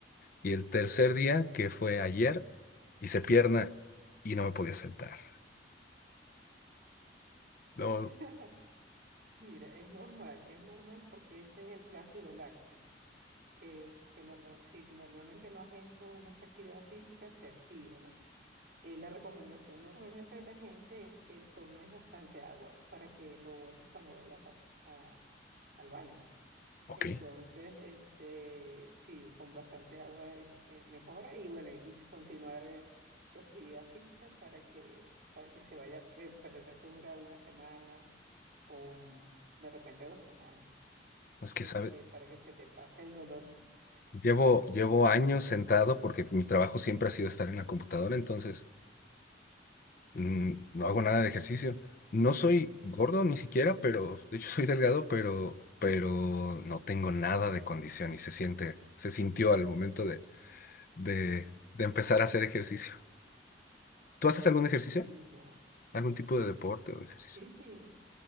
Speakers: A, on the left; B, on the right.
A: Y el tercer día, que fue ayer, hice pierna y no me podía sentar. Luego,
B: <laughs> Mira, es normal, es normal porque ese es el ácido láctico, que, que normal, si normalmente no has hecho mucha actividad física, se activa, ¿no? Eh, la recomendación normalmente de la gente es que tomes bastante agua para que lo botes cuando vayas a- a- al baño, pues.
A: ok,
B: Entonces, este, sí, con bastante agua es- eh, mejora y bueno, y continuar eh, tu actividad física para que, para que se vaya, eh, pero eso dura una semana o un- de repente dos semanas,
A: no es que,
B: este,
A: ¿sabes?
B: para que se te pase el dolorcito.
A: Llevo, llevo años sentado porque mi trabajo siempre ha sido estar en la computadora, entonces mm, no hago nada de ejercicio. No soy
B: ¿sí?
A: gordo ni siquiera, pero de hecho <laughs> soy delgado, pero, pero no tengo nada de condición y se siente, se sintió al momento de, de, de empezar a hacer ejercicio. ¿Tú haces algún ejercicio?
B: Mm, Ya.
A: ¿Algún tipo de deporte o ejercicio?
B: Sí, sí,